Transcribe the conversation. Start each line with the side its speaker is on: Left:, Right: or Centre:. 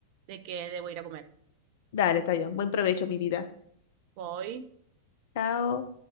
Right: de que debo ir a comer.
Left: dale, está bien. Buen provecho, mi vida.
Right: Voy.
Left: Chao.